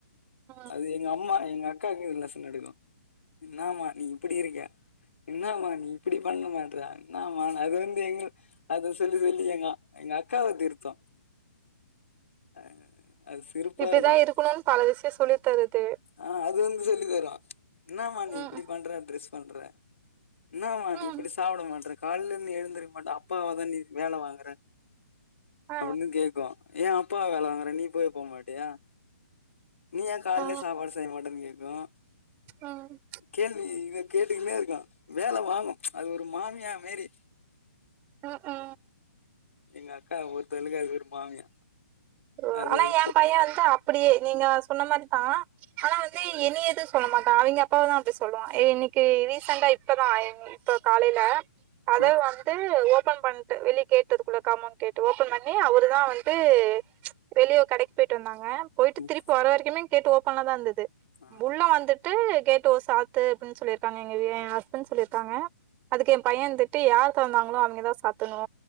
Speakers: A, on the right (about 20°); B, on the left (about 60°).
A: ம்
B: அது எங்க அம்மா எங்க அக்காக்கு லெசன் எடுக்கு என்னமா நீ இப்டி இருக்க என்னமா நீ இப்டி பண்ண மாட்ற என்னமா அது வந்து எங்க அத சொல்லி சொல்லி ஏங்கு எங்க அக்காவ திருத்து அ அது சிரிப்பா
A: இப்டிதா
B: இருக்கு
A: இருக்கணுன்னு பல விஷயோ சொல்லி தருது
B: ஆ அது வந்து சொல்லிதரு இன்னம்மா நீ
A: ம்
B: இப்டி பண்றே ட்ரெஸ் பண்றே இன்னம்மா நீ
A: ம்
B: இப்படி சாப்பிட மாட்றே காலைல இருந்து எழுந்திருக்க மாட்ட அப்பாவ தா நீ வேல வாங்குறே
A: ஆ
B: அப்டினு கேக்கு ஏ அப்பா வேல வாங்குற நீ போய் போமாட்டியா நீ ஏ காலைல
A: ஆ
B: சாப்பாடு செய்ய மாட்டேன்னு கேக்கு
A: ம்
B: கேள்வி இத கேட்டுக்கின்னே இருக்கு வேல வாங்கு அது ஒரு மாமியா மாரி
A: ஆ ஆ
B: எங்க அக்கா பொருத்தளக்கு அது ஒரு மாமியா
A: ஓ
B: அது
A: ஆனா
B: அது
A: எ
B: போ
A: பைய வந்து அப்டியே நீங்க சொன்ன மாரிதா ஆனா வந்து என்னைய எது சொல்ல மாட்டா அவிங்க அப்பாவதா அப்டி சொல்லுவா ஏ இன்னைக்கு ரீசெண்டா இப்பதா எங் இப்ப காலைல அதவு
B: ம்
A: வாங்க டு ஓபன் பண்ணிட்டு வெளிய கேட்டு இருக்குள்ள காமௌன்ட் கேட்டு ஓபன் பண்ணி அவரு தா வந்து வெளியோ ஒரு கடைக்குக் போயிட்டு வந்தாங்க போயிட்டு
B: ம்
A: திருப்பி வர வரைக்குமே கேட்டு ஓப்பன்லதா இருந்தது
B: ஆ
A: உள்ள வந்துட்டு துட்டு கேட்ட ஓ சாத்த அப்படின்னு சொல்லிருக்காங்க எங்க என் ஹஸ்பண்ட் சொல்லிருக்காங்க அதுக்கு என் பையன் யார் தொரந்தாங்களோ அவங்கதா சாத்தனு